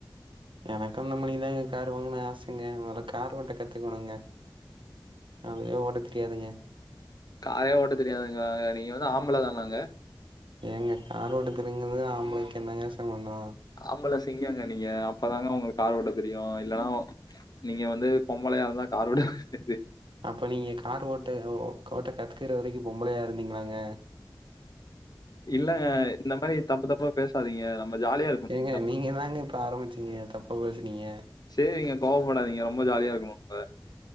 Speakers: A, on the right (about 80°); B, on the left (about 50°).
A: எனக்கு அந்த மானிதாங்க கார் வாங்கணு ஆசைங்க மொதல்ல கார் ஓட்ட கத்துக்கணுங்க அதுவே ஓட்ட தெரியாதுங்க
B: காரே ஓட்ட தெரியாதுங்க. நீங்க வந்து ஆம்பள தானாங்க?
A: ஏங்க கார் ஓட்ட தெரிலங்கிறதுக்காக ஆம்பளைக்கு என்னங்க சம்பந்தோ
B: ஆம்பள சிங்கோங்க நீங்க அப்பதாங்க உங்களுக்கு கார் ஓட்ட தெரியு இல்லனா நீங்க வந்து பொம்பளைய இருந்தா கார் ஓட்ட தெரி து
A: அப்போ நீங்க கார் ஓட்ட ஓட்ட கத்துக்கற வரைக்கு பொம்பளையா இருந்தீங்களாங்க
B: இல்லங்க. இந்த மாரி தப்பு தப்பா பேசாதீங்க. நம்ம ஜாலியா இருக்கணும்.
A: ஏங்க நீங்க தாங்க இப்ப ஆரம்பிச்சுங்க தப்பா பேசுனீங்க
B: செரிங்க கோவப்படாதீங்க ரொம்ப ஜாலியா இருக்கணு நம்ம